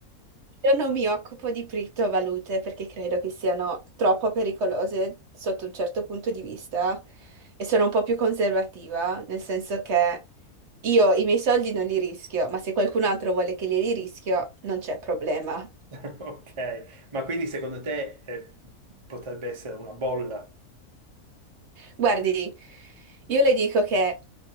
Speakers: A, on the right; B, on the right.
A: Io non mi occupo di criptovalute perché credo che siano troppo pericolose sotto un certo punto di vista e sono un po' più conservativa, nel senso che io i miei soldi non li rischio, ma se qualcun altro vuole che li rischio, non c'è problema.
B: <laughs> Ok, ma quindi secondo te eh, potrebbe essere una bolla?
A: Guardi, io le dico che